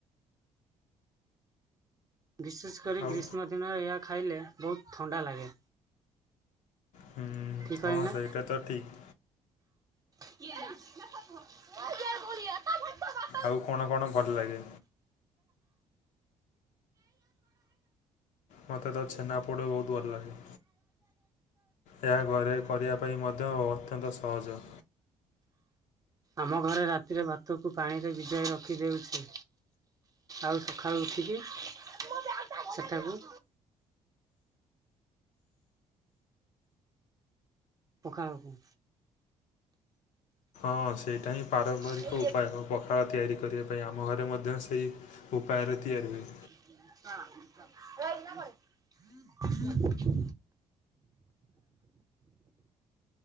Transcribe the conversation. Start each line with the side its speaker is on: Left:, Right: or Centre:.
Right: ବିଶେଷ କରି
Left: ଆଉ
Right: ଗ୍ରୀଷ୍ମ ଦିନ ଏହା ଖାଇଲେ ବହୁତ ଥଣ୍ଡା ଲାଗେ।
Left: ହୁଁ
Right: ଠିକ୍ କହିଲି
Left: ହଁ
Right: ନା
Left: ସେଇଟା ତ ଠିକ୍।
Right: <unintelligible>
Left: ଆଉ କଣ କଣ ଭଲ ଲାଗେ? ମୋତେ ତ ଛେନା ପୋଡ଼ ବହୁତ ଭଲ ଲାଗେ। ଏହା ଘରେ କରିବା ପାଇଁ ମଧ୍ୟ ଅତ୍ୟନ୍ତ ସହଜ।
Right: ଆମ ଘରେ ରାତିରେ ଭାତକୁ ପାଣିରେ ବିଜାଇ ରଖି ଦେଉଚି। ଆଉ ସକାଳୁ ଉଠିକି ସେଠାକୁ ପଖାଳକୁ
Left: ହଁ ସେଇଟା ହିଁ ପାରମ୍ପରିକ
Right: ହଁ
Left: ଉପାୟ ପଖାଳ ତିଆରି କରିବା ପାଇଁ। ଆମ ଘରେ ମଧ୍ୟ ସେ ଉପାୟରେ ତିଆରି ହୁଏ।
Right: <unintelligible>